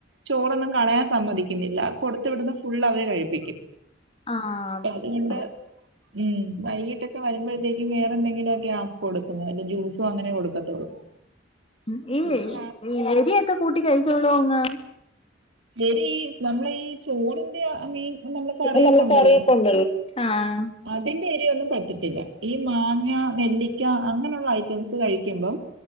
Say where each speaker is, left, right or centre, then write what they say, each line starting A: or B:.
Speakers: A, on the right; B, on the left.
A: ചോറോന്നും കളയാൻ സമ്മതിക്കുന്നില്ല. കൊടുത്ത് വിടുന്ന ഫുള്ള് അവര്- കഴിപ്പിക്കും
B: ആഹ്
A: അപ്പോ അതുകൊണ്ട്-
B: അതെ
A: ഉം വൈകീട്ടൊക്കെ വരുമ്പോഴത്തേക്കും വേറെ എന്തെങ്കിലും ഒക്കെയാ കൊടുക്കുന്ന. വല്ല ജ്യൂസോ, അങ്ങനെ കൊടുക്കത്തുള്ളൂ.
B: ഉം ഈ
A: പിന്നെ
B: എരിയൊക്കെ കൂട്ടി കഴിച്ചോളൂ അങ്ങ്.
A: ഇവര് ഈ നമ്മളെ ഈ ചോറിന്റെ മീൻ- നമ്മള് കറിയൊക്കെ
B: നല്ല
A: ഉണ്ടല്ലോ
B: കറിയൊക്കണ്ടല്ലോ ആഹ്..
A: അതിന്റെ എരുവൊന്നും പറ്റത്തില്ല. ഈ മാങ്ങ, നെല്ലിക്ക- അങ്ങനെയുള്ള ഐറ്റംസ് കഴിക്കുമ്പം.